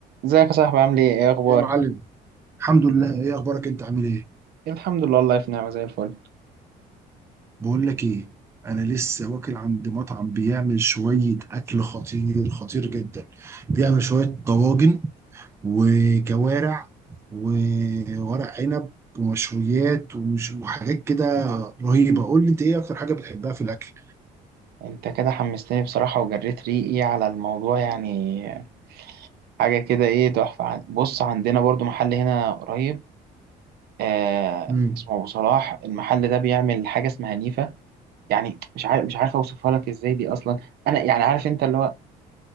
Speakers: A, on the right (about 70°); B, on the right (about 15°).
A: ازيك يا صاحبي عامل ايه ايه اخبارك
B: يا معلم الحمد لله ايه اخبارك انت عامل ايه
A: الحمد لله والله في نعمه زي الفل
B: بقول لك ايه انا لسه واكل عند مطعم بيعمل شويه اكل خطير خطير جدا بيعمل شويه طواجن وكوارع وورق عنب ومشويات ومش وحاجات كده رهيبه قول لي انت ايه اكتر حاجه بتحبها في الاكل
A: انت كده حمستني بصراحه وجريت ريقي على الموضوع يعني حاجه كده ايه تحفه عن- بص عندنا برضو محل هنا قريب آه
B: امم
A: اسمه ابو صلاح المحل ده بيعمل حاجه اسمها نيفا يعني مش عارف مش عارف اوصفها لك ازاي دي اصلا انا يعني عارف انت اللي هو